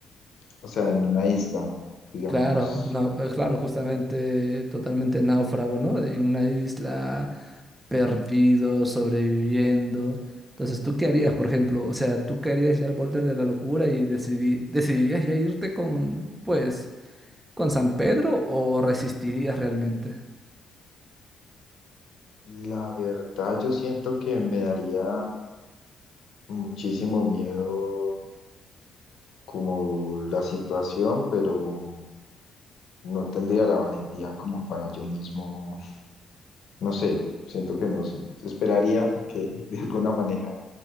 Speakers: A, on the left; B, on the right.
A: o sea, en una isla, digamos.
B: Claro, nau- eh, claro, justamente totalmente náufrago, ¿no? De una isla perdido, sobreviviendo. Entonces, ¿tú qué harías, por ejemplo? O sea, ¿tú qué harías ya al borde de la locura y decidi- decidirías ya irte con, pues, con San Pedro o resistirías realmente
A: La verdad, yo siento que me daría muchísimo miedo como la situación, pero no tendría la valentía como para yo mismo, no sé, siento que no sé. Esperaría a que <laughs> de alguna manera